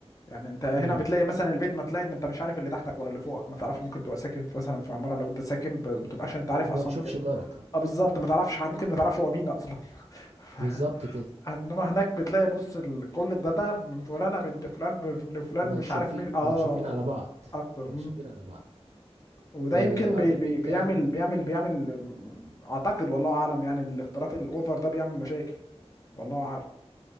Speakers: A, on the left; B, on the right.
A: يعني أنت هنا
B: امم
A: بتلاقي مثلا البيت ما تلاقي ما أنت مش عارف اللي تحتك ولا اللي فوقك ما تعرفش ممكن تبقى ساكن في مثلا في عمارة لو أنت ساكن ب- ما تبقاش أنت عارف
B: وما
A: أصلا
B: تشوفش
A: كده
B: جارك
A: أه بالظبط ما تعرفش حد- ممكن ما تعرفش هو مين أصلا <laughs>
B: بالظبط كده
A: انما هناك بتلاقي بص ال- كل الداتا من فلانة بنت فلان ب- من فلان
B: مكشوفين
A: مش عارف مين اه
B: مكشوفين على بعض
A: اكتر
B: مكشوفين على بعض
A: وده
B: آه،
A: يمكن
B: قصدك
A: بي بي
B: انت
A: بيعمل بيعمل بيعمل مم، اعتقد والله اعلم يعني الاختلاط الاوفر ده بيعمل مشاكل والله اعلم